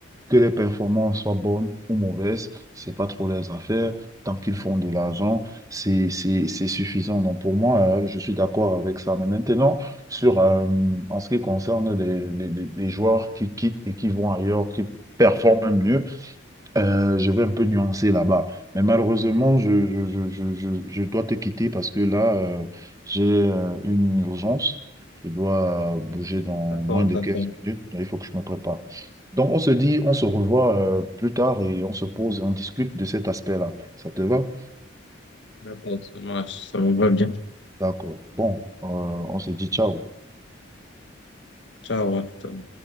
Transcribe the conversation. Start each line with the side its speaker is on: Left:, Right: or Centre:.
Right: que les performances soient bonnes ou mauvaises, c'est pas trop leurs affaires. Tant qu'ils font de l'argent, c'est, c'est, c'est suffisant. Donc pour moi, euh, je suis d'accord avec ça. Mais maintenant, sur, euh, en ce qui concerne les, les- les- les joueurs qui quittent et qui vont ailleurs, qui performent mieux, euh, je vais un peu nuancer là-bas. Mais malheureusement, je, je, je, je, je, je dois te quitter parce que là, euh, j'ai euh, une urgence. Je dois euh, bouger dans
Left: D'accord,
Right: moins de
Left: d'accord,
Right: 15 minutes. Il faut que je me prépare. Donc, on se dit, on se revoit euh, plus tard et on se pose et on discute de cet aspect-là. Ça te va?
Left: d'accord, ça marche, ça me va bien.
Right: D'accord. Bon, euh, on se dit ciao.
Left: Ciao, à tout à l'heure.